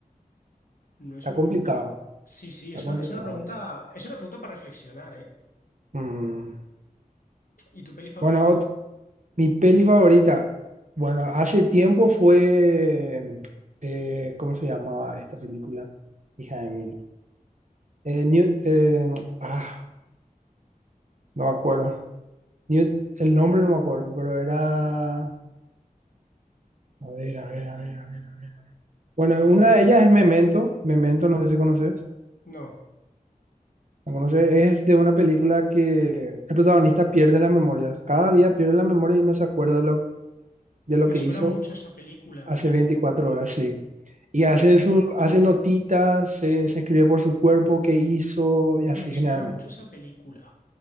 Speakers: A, on the left; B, on the right.
A: No es
B: está
A: una
B: complicado,
A: pregunta. Sí, sí,
B: está
A: es
B: complicado.
A: una, es una pregunta, es una pregunta para reflexionar, ¿eh?
B: Mm,
A: ¿Y tu peli favorita?
B: Bueno, ot- mi peli favorita, bueno, hace tiempo fue, eh, ¿cómo se llamaba esta película? Hija de mil. Eh, New- eh, ah, no me acuerdo. New- el nombre no me acuerdo, pero era, a ver, a ver, a ver, a ver. a ver. Bueno,
A: ¿De qué
B: una
A: trata?
B: de ellas es Memento. Memento, no sé si conoces.
A: No.
B: ¿La conoces? Es de una película que el protagonista pierde la memoria. Cada día pierde la memoria y no se acuerda de lo, de lo
A: Me
B: que
A: suena
B: hizo
A: mucho esa película.
B: hace 24 horas, sí. Y
A: Mm,
B: hace, su, hace notitas, se, se escribe por su cuerpo qué hizo y así
A: Me suena
B: generalmente.
A: mucho esa película.